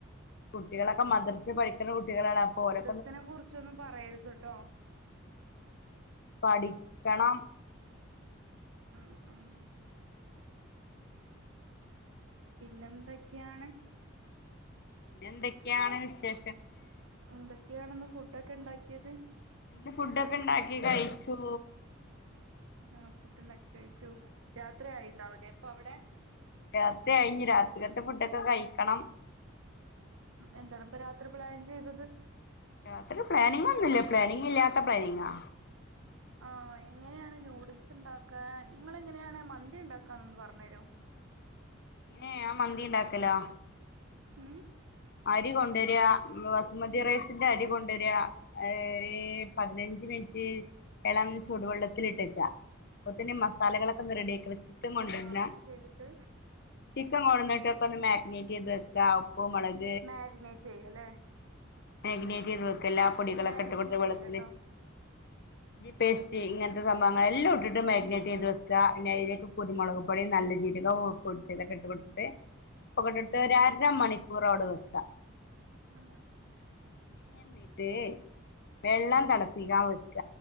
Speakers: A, on the left (about 55°); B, on the right (about 75°).
A: കുട്ടികളൊക്കെ മദ്രസി പഠിക്ക്ണ കുട്ടികളാണ്. അപ്പോലെ
B: ത്തിനെ കുറിച്ചൊന്നും പറയരുത് ട്ടോ.
A: പഠിക്കണം.
B: ആഹ് ആഹ് പിന്നെന്തൊക്കെയാണ്?
A: പിന്നെന്തൊക്കെയാണ് വിശേ
B: എന്തൊക്കെയാണ് ന്ന് ഫുഡൊക്കെ ണ്ടാക്കിയത്?
A: പിന്നെ ഫുഡൊക്കെ ഇണ്ടാക്കി കഴിച്ചു.
B: ആഹ് ഫുഡ്ണ്ടാക്കി കഴിച്ചു. രാത്രി ആയിണ്ടാവൂലേ ഇപ്പവിടെ.
A: രാത്രി ആയി ഇഞ് രാത്രിക്കത്തെ ഫുഡൊക്കെ കഴിക്കണം.
B: എന്താണ് ഇപ്പൊ രാത്രി പ്ലാൻ ചെയ്തത്
A: യാത്ര പ്ലാനിങ്ങ ഒന്നുംല്ലേ പ്ലാനിങ്ങ ഇല്ലാത്ത പ്ലാനിങ്ങാ
B: ആ എങ്ങനെയാണ് നൂഡിൽസ് ഉണ്ടാക്കാ നിങ്ങ എങ്ങനെയാണ് മന്തി ഉണ്ടാക്കാ എന്നൊന്ന് പറഞ്ഞു തരോ
A: ഏ ആ മന്തി ണ്ടാക്കലോ
B: ഉം
A: അരി കൊണ്ടുവരിക ബസുമതി റൈസിന്റെ അരി കൊണ്ടുവരിക ഏ പതിനഞ്ച് മിനിറ്റ് ഇളം ചൂടുവെള്ളത്തിലിട്ടക്ക അപ്പത്തന്നെ
B: ഉം
A: മസാലകളൊക്കെ ഒന്ന് റെഡി ആക്കുള്ള ചിക്കൻ കൊണ്ടരുന്ന
B: ആഹ് അങ്ങനെ ചെയ്തിട്ട്
A: ചിക്കൻ കൊടന്നിട്ടൊക്കെ ഒന്ന് മാഗ്നേറ്റ് ചെയ്ത് വെക്ക ഉപ്പു മുളക്
B: മാരിനേറ്റ് ചെയ്യ ല്ലേ
A: മഗ്നേറ്റ് ചെയ്ത് വെക്ക എല്ലാ പൊടികളൊക്കെട്ട്
B: മാരിനേറ്റ്
A: കൊടുത്ത വെള്ളത്തില്
B: ചെയ്യാട്ടോ
A: പേസ്റ്റ് ഇങ്ങനത്തെ സംഭവങ്ങളൾെല്ലാം ഇട്ടിട്ട് മാഗ്നേറ്റ് ചെയ്ത് വെക്ക പിന്നെ അതിലേക്ക് കുരുമുളക് പൊടി നല്ല ജീരകം ഉപ് പുട്ട് തൊക്കെ ഇട്ട് കൊട്ത്തിട്ട് ഉപ്പൊക്കെട്ടിട്ട് ഒരരമണിക്കൂറോടെ വെക്ക
B: ആഹ്
A: എന്നിട്ട് വെള്ളം തിളപ്പിക്കാ വെക്ക